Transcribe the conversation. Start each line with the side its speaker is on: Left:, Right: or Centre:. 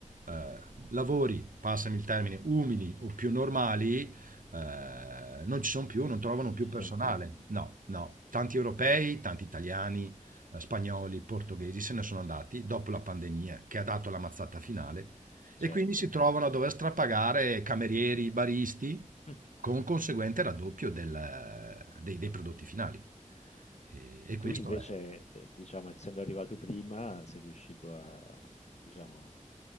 Right: eh, lavori, passami il termine, umili o più normali, eh, non ci sono più, non trovano
Left: non
Right: più
Left: ci
Right: personale.
Left: sono più,
Right: No, no, tanti europei, tanti italiani, eh, spagnoli, portoghesi se ne sono andati dopo la pandemia che ha dato la mazzata finale e
Left: certo.
Right: quindi si trovano a dover strapagare camerieri, baristi
Left: Mm.
Right: con conseguente raddoppio del- dei, dei prodotti finali. E, e
Left: E
Right: questo
Left: tu invece,
Right: è...
Left: eh, diciamo, essendo arrivato prima, sei riuscito a, diciamo,